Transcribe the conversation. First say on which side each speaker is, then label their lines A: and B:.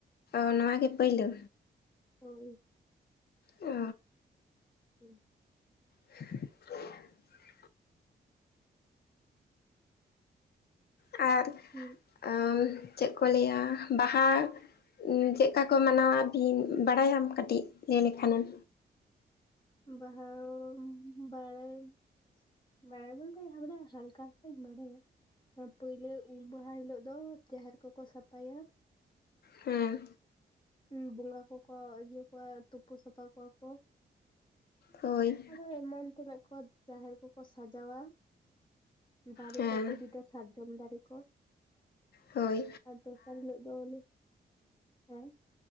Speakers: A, on the left (about 60°); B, on the left (about 25°).
A: ᱚ ᱱᱚᱣᱟ ᱜᱮ ᱯᱟᱹᱭᱞᱟᱹ?
B: ᱦᱳᱭ
A: ᱚ
B: <unintelligible>
A: <unintelligible> ᱟᱨ
B: ᱦᱩᱸ
A: ᱟᱢ ᱪᱮᱜ ᱠᱚ ᱞᱟᱹᱭᱟ ᱵᱟᱦᱟ ᱩᱸᱢ ᱪᱮᱜᱠᱟ ᱠᱚ ᱢᱟᱱᱟᱣᱟ ᱵᱤᱱ ᱵᱟᱲᱟᱭᱟᱢ ᱠᱟᱹᱴᱤᱡ ᱞᱟᱹᱭ ᱞᱮᱠᱷᱟᱱᱮᱢ?
B: ᱵᱟᱦᱚᱢ ᱵᱟᱲᱟᱭᱟᱹᱧ᱾ ᱵᱟᱲᱟᱭ ᱵᱚᱞᱛᱮ ᱦᱟᱵᱽᱲᱟ ᱦᱟᱞᱠᱟ ᱦᱟᱞᱠᱟᱧ ᱵᱟᱲᱟᱭᱟ᱾ ᱟᱨ ᱯᱩᱭᱞᱟᱹ ᱩᱢ ᱢᱟᱦᱟ ᱦᱤᱞᱳᱜ ᱫᱚ ᱡᱟᱦᱮᱨ ᱠᱚᱠᱚ ᱥᱟᱯᱷᱟᱭᱟ᱾
A: ᱦᱮᱸ
B: ᱩᱸ ᱵᱚᱸᱜᱟ ᱠᱚᱠᱚ ᱤᱭᱟᱹ ᱠᱚᱣᱟ ᱛᱩᱯᱩ ᱥᱟᱯᱷᱟ ᱠᱚᱣᱟ ᱠᱚ᱾
A: ᱦᱳᱭ
B: ᱟᱨᱚ ᱮᱢᱟᱱ ᱛᱮᱱᱟᱜ ᱠᱚ ᱡᱟᱦᱮᱨ ᱠᱚᱠᱚ ᱥᱟᱡᱟᱣᱟ ᱫᱟᱨᱮ
A: ᱦᱮᱸ
B: ᱠᱚᱠᱚ ᱵᱤᱫᱟ ᱥᱟᱨᱡᱚᱢ ᱫᱟᱨᱮ ᱠᱚ
A: ᱦᱳᱭ
B: ᱟᱨ ᱫᱚᱥᱟᱨ ᱦᱤᱞᱳᱜ ᱫᱚ ᱩᱱᱤᱼᱼ ᱦᱮᱸ